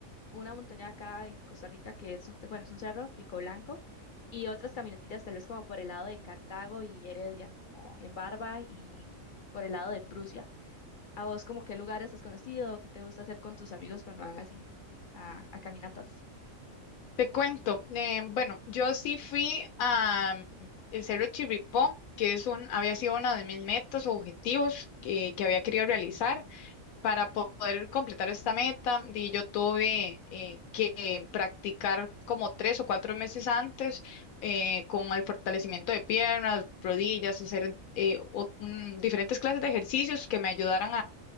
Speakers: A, on the left; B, on the left.
A: una montaña acá en Costa Rica que es, un- bueno, es un cerro, Pico Blanco, y otras caminatillas tal vez como por el lado de Cartago y Heredia, como en Barba y por el lado de Prusia. ¿A vos como qué lugares has conocido? ¿Qué te gusta hacer con tus amigos cuando van así a, a caminatas?
B: Te cuento, eh, bueno, yo sí fui a mm, el Cerro Chirripó, que es un, había sido una de mis metas o objetivos que, que había querido realizar para po- poder completar esta meta. Y yo tuve eh, que practicar como tres o cuatro meses antes eh, con el fortalecimiento de piernas, rodillas, hacer eh, o- mm, diferentes clases de ejercicios que me ayudaran